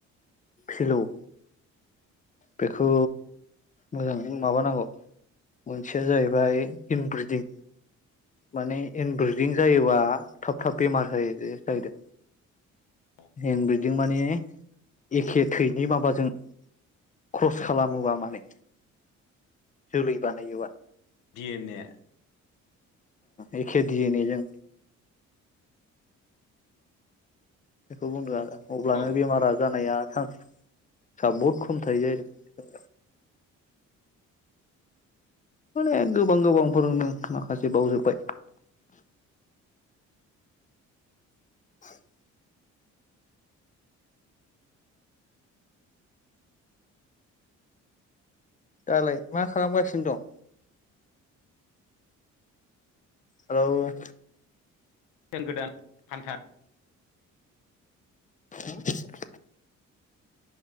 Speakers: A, on the left; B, on the left.
A: फिलौ बेखौ मोजाङै माबानांगौ मोनसेया जाहैबाय इनब्रिदिं माने इनब्रिदिं जायोबा थाब थाब बेमार जायो जाहैदों।
B: औ
A: हन्द बिलदिं माने एखे थैनि माबाजों क्रस खालामोबा माने जोलै बानायोबा
B: दि एन ए
A: एओ खे दियेन एजों बेखौ बुंदों आरो अब्लानो
B: औ
A: बेमारा जानाया थां सा बहुत खम थायो जाहैदों माने गोबां गोबां फोरोंनो माखासे बावजोबबाय <inaudible> दालाय मा खालामगासिनो दं हेलौ
B: फेन गोदान फान्था
A: <inaudible>